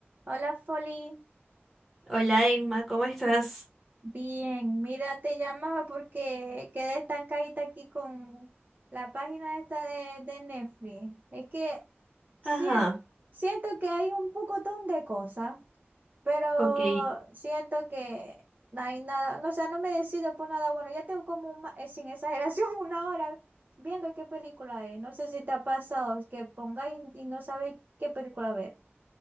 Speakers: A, on the right (about 45°); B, in the centre.
A: Hola, Folly,
B: Hola Emma, ¿cómo estás?
A: Bien, mira, te llamaba porque quedé estancadita aquí con la página esta de, de Netflix. Es que sien-
B: Ajá,
A: siento que hay un pocotón de cosas, pero
B: ok.
A: siento que no hay nada, no, o sea, no me decido por nada bueno. Ya tengo como, un ma- eh, sin exageración, <laughs> una hora viendo qué película es. No sé si te ha pasado es que pongáis y no sabéis qué película ver.